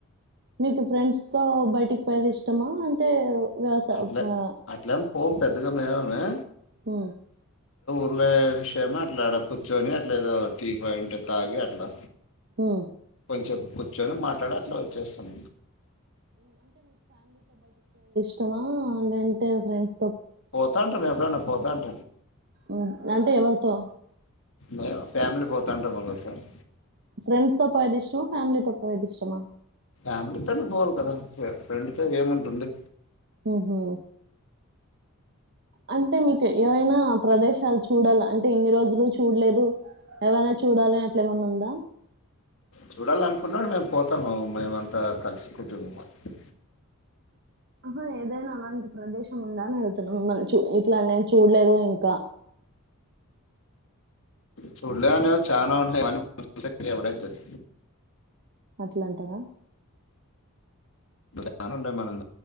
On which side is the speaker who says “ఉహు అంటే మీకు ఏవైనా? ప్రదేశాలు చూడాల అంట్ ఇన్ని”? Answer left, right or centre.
Right